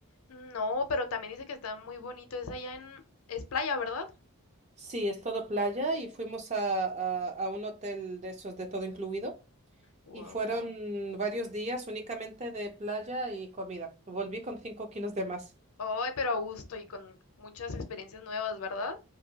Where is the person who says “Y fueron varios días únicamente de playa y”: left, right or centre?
Right